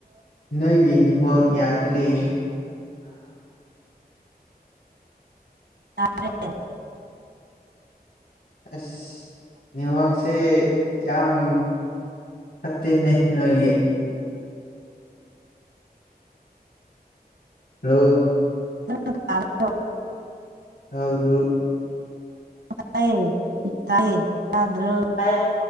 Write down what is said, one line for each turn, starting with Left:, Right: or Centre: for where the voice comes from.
Left: ꯅꯣꯏꯒꯤ ꯅ°ꯠꯋꯥꯛ ꯌꯥꯗꯔꯦ
Right: ꯇꯥꯗꯔꯦ
Left: ꯑꯥꯁ ꯅꯦꯋꯥꯛꯁꯤ ꯌꯥꯝꯝ ꯐꯠꯇ°ꯅꯦ ꯅꯣꯏꯒꯤ ꯔꫭ
Right: <unintelligible>
Left: ꯇꯥꯕꯔꫭ
Right: ꯇꯌꯦ ꯇꯌꯦ ꯇꯥꯗꯔꫭ
Left: ꯇꯥꯌꯦ